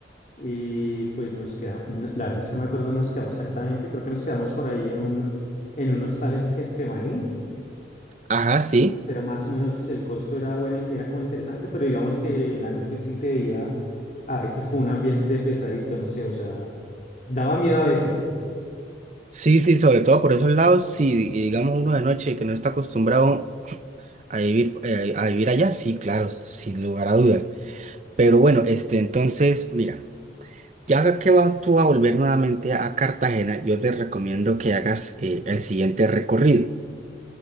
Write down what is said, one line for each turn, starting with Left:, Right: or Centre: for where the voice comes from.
Left: y pues nos quedamos, la verdad es que no me acuerdo dónde nos quedamos exactamente, creo que nos quedamos por ahí en un, en un hostal en Getsemaní,
Right: Ajá, sí.
Left: entonces, pero más o menos el costo era bueno, era como interesante, pero digamos que en la noche sí se veía a veces como un ambiente pesadito, no sé, o sea, daba miedo a veces.
Right: Sí, sí, sobre todo por esos lados, si digamos uno de noche que no está acostumbrado a vivir, eh, a vivir allá, sí, claro, sin lugar a dudas. Pero bueno, este, entonces, mira, ya que vas tú a volver nuevamente a Cartagena, yo te recomiendo que hagas eh, el siguiente recorrido.